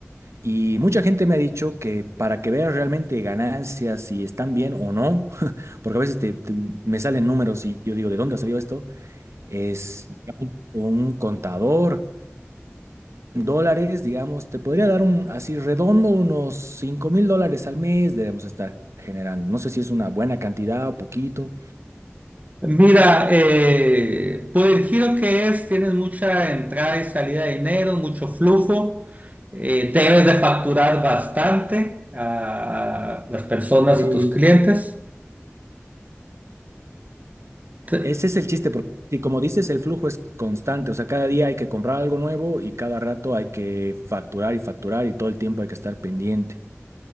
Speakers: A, on the right (about 80°); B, on the right (about 35°).
A: y mucha gente me ha dicho que para que veas realmente ganancias, si están bien o no, <laughs> porque a veces te- te- me salen números y yo digo, ¿de dónde salió esto? Es un un contador en dólares, digamos, te podría dar un, así redondo, unos cinco mil dólares al mes debemos estar generando. No sé si es una buena cantidad o poquito.
B: Mira, eh, por el giro que es, tienes mucha entrada y salida de dinero, mucho flujo, eh, debes de facturar bastante a las personas,
A: Sí,
B: a tus clientes. Te-
A: Ese es el chiste, porque si como dices, el flujo es constante, o sea, cada día hay que comprar algo nuevo y cada rato hay que facturar y facturar y todo el tiempo hay que estar pendiente.